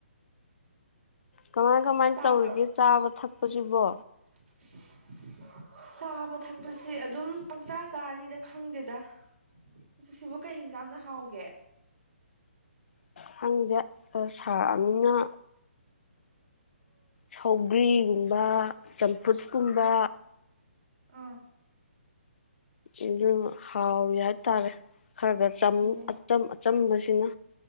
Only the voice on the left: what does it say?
ꯀꯃꯥꯏ ꯀꯃꯥꯏ
ꯇꯧꯔꯤꯒꯦ ꯆꯥꯕ ꯊꯛꯄꯁꯤꯕꯣ
ꯈꯪꯗꯦ ꯑ ꯁꯥꯛꯑꯝꯃꯤꯅ ꯁꯧꯒ꯭ꯔꯤꯒꯨꯝꯕ ꯆꯝꯐꯨꯠꯀꯨꯝꯕ
ꯑꯗꯨ ꯍꯥꯎꯋꯤ ꯍꯥꯏꯇꯥꯔꯦ ꯈꯔ ꯈꯔ ꯆꯝ
ꯑꯆꯝ ꯑꯆꯝꯕꯁꯤꯅ